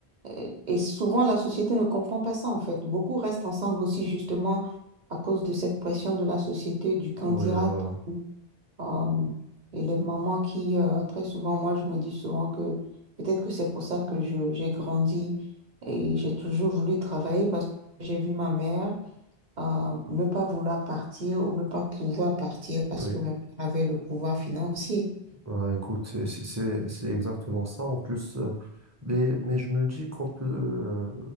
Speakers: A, on the right; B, on the right.
A: euh, Et souvent, la société ne comprend pas ça, en fait. Beaucoup restent ensemble aussi, justement, à cause de cette pression de la société, du candidat.
B: Ouais, voilà.
A: Euh, et les mamans qui, euh, très souvent, moi, je me dis souvent que peut-être que c'est pour ça que je, j'ai grandi et j'ai toujours voulu travailler parce que j'ai vu ma mère euh, ne pas vouloir partir ou ne pas pouvoir partir parce
B: Oui,
A: que mon père avait le pouvoir financier.
B: bah, écoute, c'est c'est- c'est- c'est exactement ça. En plus, euh, mais, mais je me dis qu'on peut euh,